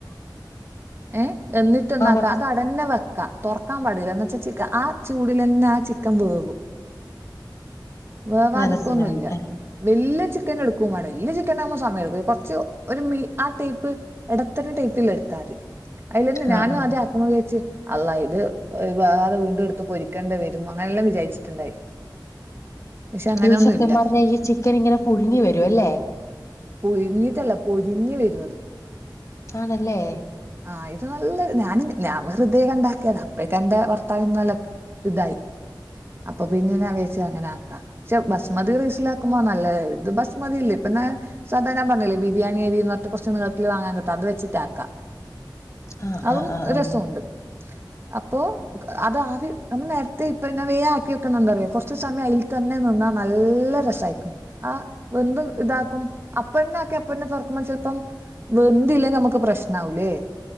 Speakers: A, on the right; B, on the left.
A: ഏഹ് എന്നിട്ട് എന്താക്ക
B: ആ മനസ്
A: അത് അങ്ങനെ തന്നെ വെക്കാ തുറക്കാൻ പാടില്ലന്ന എന്ന് വച്ചാ ചിക്കൻ ആഹ് ചൂടിലന്നെ ആഹ് ചിക്കൻ വേവു വേവാതുക്കൊന്നുല്ല
B: മനസ്സിലായി ആ
A: വലിയ ചിക്കൻ എടുക്കും വാണം വലിയ ചിക്കൻ ആകുമ്പോ സമയ എടുക്കും കുറച്ച് ഒരു മി ആഹ് ടൈപ്പ് ഇടത്തരം ടൈപ്പിൽ എടുത്ത മതി അതിലന്നെ ഞാനും
B: ആ ആ.
A: ആദ്യം വിചാരിച് അള്ളാ ഇത് വേവതേ വീണ്ടും എടുത്ത് പൊരിക്കേണ്ടവരും അങ്ങനെല്ലാം വിചാരിച്ചിട്ടുണ്ടായി പക്ഷെ അങ്ങനെയൊന്നും
B: ഇത് സത്യം
A: ഇല്ല
B: പറഞ്ഞാൽ ഈ ചിക്കൻ ഇങ്ങനെ പുഴുങ്ങി വരും അല്ലേ
A: പുഴുങ്ങിട്ടല്ല പൊരിഞ്ഞി വരും അത്
B: ആണല്ലേ
A: ആഹ് ഇത് നല്ല ഞാനൻ ഞാൻ വെറുതെയൊണ്ടാക്കിയതാ അപ്പേഴക്കെ എന്റെ ഭർത്താവിന്നല്ല ഇതായി അപ്പൊ പിന്നെ ഞാൻ വിരിച്ച് അങ്ങനെ ആക്ക ബസ് മതി റൈസ് ലാക്കുമ്പോ നല്ലത് ഇത് ബസ്മതിയില്ലേ ഇപ്പ ഞന് സാധ ഞാൻ പറഞ്ഞില്ല ബിരിയാണി അരി എന്നന്ന്ത്തെ കുറച്ച് നിളത്തി വാങ്ങാ കിട്ടു അത് വെച്ചിട്ടാക്കാം
B: ആഹ്
A: അതും
B: ആഹ് ആഹ്
A: രസമുണ്ട്
B: ആഹ്
A: അപ്പൊ അത് ആദ്യം നമ്മൾ നേരത്തെ ഇപ്പൊ വേഗം ആക്കി വെക്കുന്നറിയോ കുറച്ച സമയം അയി യിൽ തന്നെ നിന്നാ നല്ല രസമായിക്കും ആഹ് വെന്തും ഇത്താകും അപ്പന്നെ ആക്കി അപ്പന്നെ തുറക്കുമ്പോ ചെലപ്പം വെന്തില്ലെങ്കി നമുക്ക് പ്രശ്നം ആവുലെ